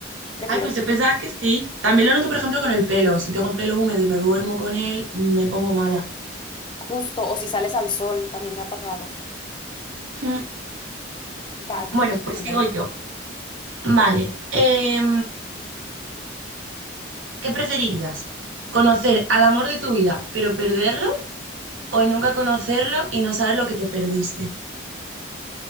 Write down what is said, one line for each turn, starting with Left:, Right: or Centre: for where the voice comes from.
Left: prefiero
Right: Ay, pues yo pensaba que sí. También lo noto, por ejemplo, con el pelo. Si tengo el pelo húmedo y me duermo con él, me pongo mala.
Left: justo, o si sales al sol, también me ha pasado.
Right: Mm,
Left: Vas,
Right: Bueno,
Left: dime.
Right: pues
Left: una.
Right: sigo yo. Vale. Eh, ¿Qué preferirías? ¿Conocer al amor de tu vida, pero perderlo? ¿O nunca conocerlo y no saber lo que te perdiste?